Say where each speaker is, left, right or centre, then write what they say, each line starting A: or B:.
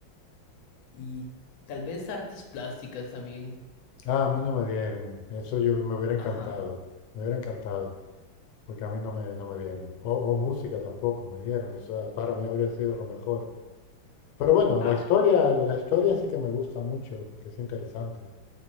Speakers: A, on the left; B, on the left.
A: y tal vez artes plásticas también.
B: Ah, a mí no me dieron. Eso yo me hubiera encantado.
A: Ajá.
B: Me hubiera encantado. Porque a mí no me, no me dieron. O, o música tampoco me dieron. Eso para mí habría sido lo mejor. Pero bueno,
A: Ah,
B: la historia, la historia sí que me gusta mucho porque es interesante.